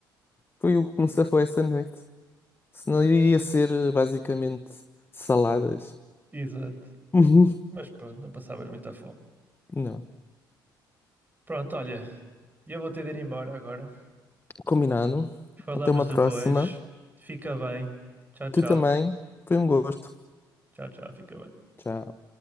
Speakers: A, on the left; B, on the right.
A: Foi o que me safou essa noite. Senão eu ia ser eh, basicamente saladas.
B: Exato,
A: <laughs>
B: mas pronto, não passavas muita fome.
A: Uhum. Não.
B: Pronto, olha, eu vou ter de ir embora agora.
A: Combinado.
B: Falamos
A: Até uma
B: depois,
A: próxima.
B: fica bem, tchau, tchau,
A: Tu também. Foi um gosto.
B: tchau, tchau, fica bem.
A: Tchau.